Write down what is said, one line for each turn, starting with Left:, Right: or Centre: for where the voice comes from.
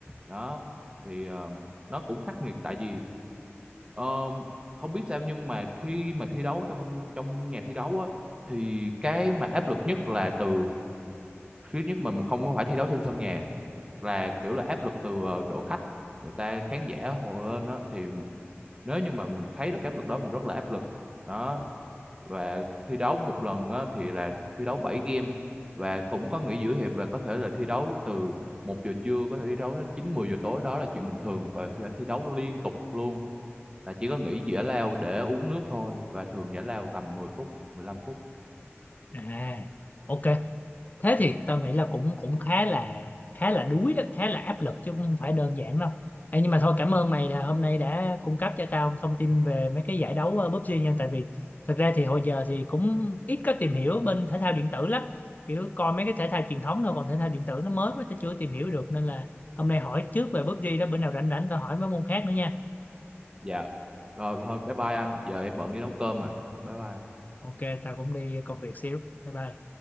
Right: đó thì ờ, nó cũng khắc nghiệt tại vì ờ, không biết sao nhưng mà khi mà thi đấu trong trong nhà thi đấu á thì cái mà áp lực nhất là từ thứ nhất mà mình không phải thi đấu trên sân nhà là kiểu là áp lực từ ờ, đội khách người ta khán giả hồ lên đó thì nếu như mà mình thấy được cái áp lực đó mình rất là áp lực đó và thi đấu một lần á, thì là thi đấu bảy game và cũng có nghỉ giữa hiệp là có thể là thi đấu từ một giờ trưa có thể thi đấu đến 9 10 giờ tối đó là chuyện bình thường và phải thi đấu liên tục luôn là chỉ có nghỉ giải lao để uống nước thôi và thường giải lao tầm mười phút mười lăm phút
Left: à ok thế thì tao nghĩ là cũng cũng khá là khá là đuối đó khá là áp lực chứ không phải đơn giản đâu Ê, nhưng mà thôi cảm ơn mày là hôm nay đã cung cấp cho tao thông tin về mấy cái giải đấu ờ, PUBG nha tại vì thật ra thì hồi giờ thì cũng ít có tìm hiểu bên thể thao điện tử lắm kiểu coi mấy cái thể thao truyền thống thôi còn thể thao điện tử nó mới quá tao chưa tìm hiểu được nên là hôm nay hỏi trước về PUBG đó bữa nào rảnh rảnh tao hỏi mấy môn khác nữa nha
Right: dạ rồi thôi bye bye anh giờ em bận đi nấu cơm rồi bye bye
Left: ok tao cũng đi công việc xíu bye bye